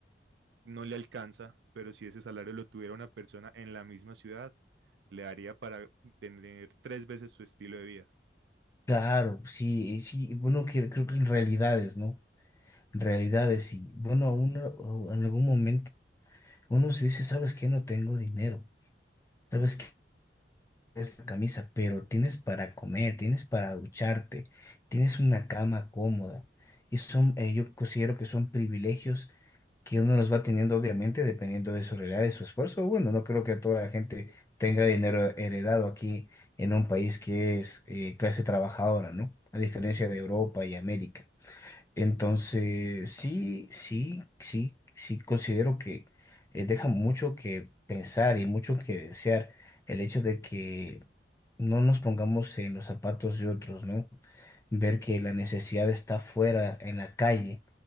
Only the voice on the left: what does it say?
claro, sí, sí, bueno, que- creo que en realidades, ¿no? En realidades, sí. Bueno, uno, o en algún momento Uno se dice, ¿sabes qué? No tengo dinero, ¿sabes qué? Esta camisa, pero tienes para comer, tienes para ducharte, tienes una cama cómoda. Y son, eh, yo considero que son privilegios que uno los va teniendo, obviamente, dependiendo de su realidad, de su esfuerzo. Bueno, no creo que toda la gente tenga dinero heredado aquí en un país que es eh, clase trabajadora, ¿no? A diferencia de Europa y América. Entonces, sí, sí, sí, sí considero que eh, deja mucho que pensar y mucho que desear el hecho de que no nos pongamos en los zapatos de otros, ¿no? Ver que la necesidad está fuera, en la calle,